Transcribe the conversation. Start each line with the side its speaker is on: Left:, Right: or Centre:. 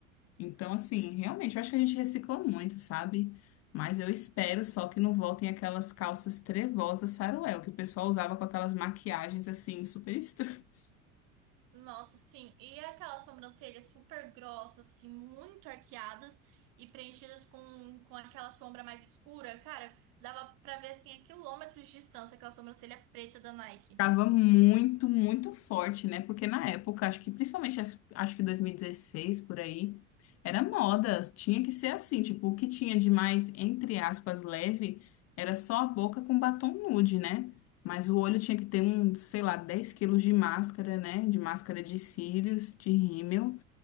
Left: Então, assim, realmente, eu acho que a gente recicla muito, sabe? Mas eu espero só que não voltem aquelas calças trevosas saruel, que o pessoal usava com aquelas maquiagens, assim, super <laughs> estranhas.
Right: Nossa, sim, e aquelas sobrancelhas super grossas, assim, muito arqueadas e preenchidas com, com aquela sombra mais escura, cara, dava pra ver, assim, a quilômetros de distância aquela sobrancelha preta da Nike.
Left: Tava muito, muito forte, né? Porque na época, acho que principalmente, as- acho que 2016 por aí, era moda, tinha que ser assim, tipo, o que tinha de mais, entre aspas, leve, era só a boca com batom nude, né? Mas o olho tinha que ter um, sei lá, 10 quilos de máscara, né? De máscara de cílios, de rímel,